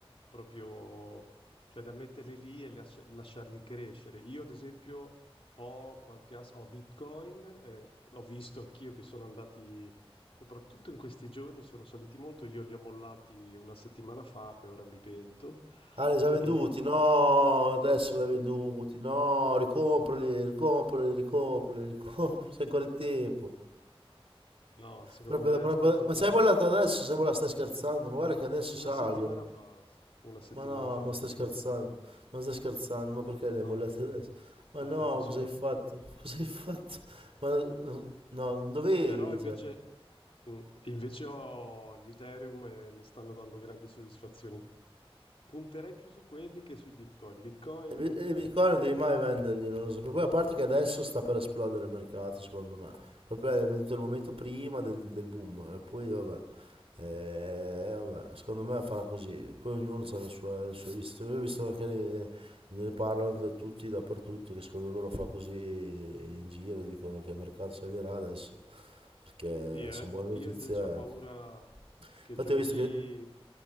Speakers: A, on the left; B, on the right.
A: proprio, cioè da metterli lì e lasci- lasciarli crescere. Io, ad esempio, ho qualche ass- ho Bitcoin, e ho visto anch'io che sono andati, soprattutto in questi giorni, sono saliti molto. Io li ho mollati una settimana fa e ora mi pento.
B: ah li hai già venduti
A: E
B: no adesso
A: <laughs>
B: li hai venduti
A: sì.
B: no ricomprali ricomprali ricomprali ricomprali sei ancora in tempo
A: No, secondo
B: Proprio-
A: me
B: proprio-
A: aspetto
B: ma
A: che
B: sei mollato adesso sei mollato stai scherzando ma guarda che adesso
A: una
B: salgono
A: settimana fa, una settimana
B: Ma no,
A: fa
B: ma
A: li
B: stai
A: ho mollati.
B: scherzando, ma stai scherzando, ma perché le
A: No,
B: hai mollate adesso? Ma
A: eh,
B: no,
A: lo so.
B: cosa hai fatto? <laughs> Cosa hai fatto? Ma no, non dovevi,
A: Però invece,
B: cioè.
A: mh, invece ho gli Ethereum e mi stanno dando grandi soddisfazioni. Punterei più su quelli che sui Bitcoin. Bitcoin,
B: I bi- i bitcoin non devi mai venderli, non lo so. Poi a parte che adesso sta per esplodere il mercato, secondo me. Proprio è venuto il momento prima del, del boom. E poi vabbè. Eh, vabbè, secondo me farà così. Poi ognuno ha le sue, le sue viste. Io ho visto anche ne, ne parlano da tutti, dappertutto, che secondo loro fa così in giro, dicono che il mercato salirà adesso. Perché
A: sì, eh.
B: sono buone notizie.
A: Io invece ho paura
B: eh.
A: che
B: Infatti
A: giovedì
B: ho visto che...